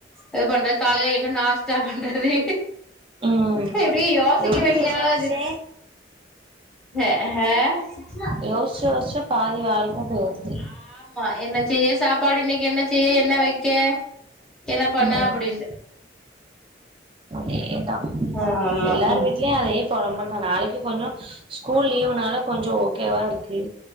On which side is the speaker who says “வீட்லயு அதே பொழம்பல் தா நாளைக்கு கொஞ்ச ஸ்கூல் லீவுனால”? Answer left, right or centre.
Right